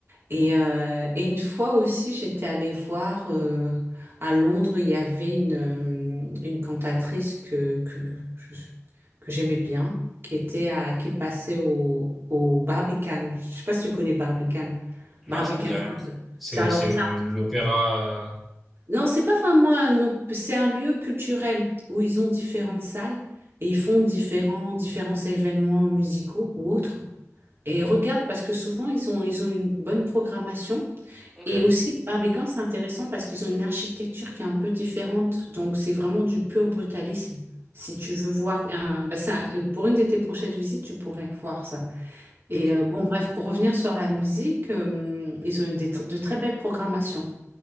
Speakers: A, on the right; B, in the centre.
A: Et, euh, et une fois aussi, j'étais allée voir euh, à Londres, il y avait une, euh, une cantatrice que, que, je- que j'aimais bien, qui était à, qui passait au, au Barbican. Je sais pas si tu connais Barbican. Barbican.
B: non, ça me dit rien. C'est
A: Ça, alors,
B: c'est le l'opéra, heu
A: non, c'est pas vraiment un, op- c'est un lieu culturel où ils ont différentes salles et ils font différents, différents événements musicaux ou autres. Et regarde parce que souvent ils ont, ils ont une bonne programmation.
B: OK,
A: Et aussi, le Barbican, c'est intéressant parce qu'ils ont une architecture qui est un peu différente. Donc, c'est vraiment du pur brutalisme. Si tu veux voir, un- bah ça, pour une de tes prochaines visites, tu pourrais voir ça. Et
B: OK,
A: euh, bon, bref, pour revenir sur la musique, euh, ils ont une des tr- de très belles programmations.